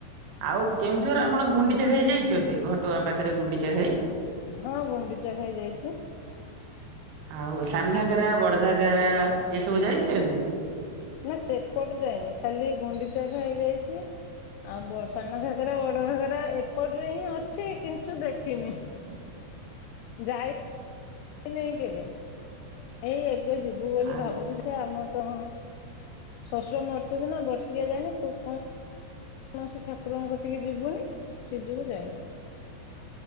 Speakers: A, on the right; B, on the left.
A: ଆଉ କେଉଁଝର ଆପଣ ଗୁଣ୍ଡିଚା ଘାଇ ଯାଇଚନ୍ତି? ଘଟଗାଁ ପାଖରେ ଗୁଣ୍ଡିଚା ଘାଇ।
B: ହଁ ଗୁଣ୍ଡିଚା ଘାଇ ଯାଇଚି।
A: ଆଉ ସାନଘାଗରା ବଡଘାଗରା ଏସବୁ ଯାଇଚନ୍ତି?
B: ନା ସେପଟ ଯାଇନି ଖାଲି ଗୁଣ୍ଡିଚାଘାଇ ଯାଇଚି। ଆଉ ବ ସାନଘାଗରା ବଡଘାଗରା ଏପଟରେ ହିଁ ଅଛି କିନ୍ତୁ ଦେଖିନି।
A: ଆଛ <inaudible>
B: ଯାଇ ନାଇଁ କେବେ ଏଇ ଏବେ ଯିବୁ ବୋଲି
A: ଆ
B: ଭାବୁଚୁ ଦେଖିଆ ଆମ ତ ଶଶୁର ମରିଚନ୍ତି ନା ବର୍ଷିକିଆ ଯାଇନି। କୋଉ କ କୌଣସି ଠାକୁରଙ୍କ କତିକି ଯିବୁନି ସେଇ ଯଉ ଯାଇନି।